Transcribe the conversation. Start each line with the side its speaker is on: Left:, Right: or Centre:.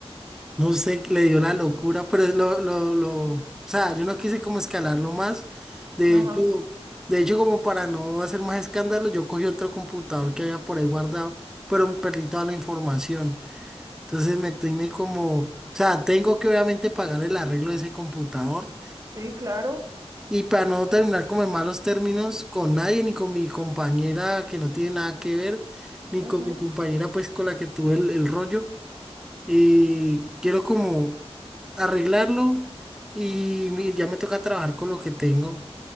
Centre: No sé, qué le dio la locura, pero es lo, lo, lo, o sea, yo no quise como escalarlo más. De
Right: Ajá,
Centre: hecho, de hecho, como para no hacer más escándalo, yo cogí otro computador que había por ahí guardado, pero me perdí toda la información. Entonces me tiene como, o sea, tengo que obviamente pagar el arreglo de ese computador
Right: sí, claro,
Centre: y para no terminar como en malos términos con nadie, ni con mi compañera que no tiene nada que ver, ni
Right: ujú,
Centre: con mi compañera pues con la que tuve el, el rollo, eh, quiero como arreglarlo y mi- ya me toca trabajar con lo que tengo,